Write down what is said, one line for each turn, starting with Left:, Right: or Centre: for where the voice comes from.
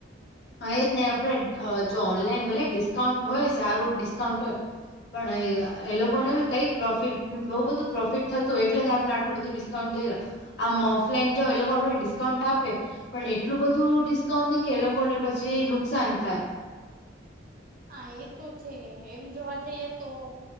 Left: હા એજ નહી આપડે જો ઓનલાઈન ભલે ડિસ્કાઉન્ટ હોય સારું ડિસ્કાઉન્ટ પણ એ લોકો ને બી કઈક પ્રોફિટ બહુ બધું પ્રોફિટ થતું એટલે જ આપને આટલું બધું ડિસ સોન્દેર આમ ઓફલાઈન જો એ લોકો આપડે ડિસ્કાઉન્ટ આપે પણ એટલું બધું ડિસ્કાઉન્ટ નહી કે એ લોકોને પછી નુકસાન થાય.
Right: હા એ તો છે એમ જોવા જઈએ તો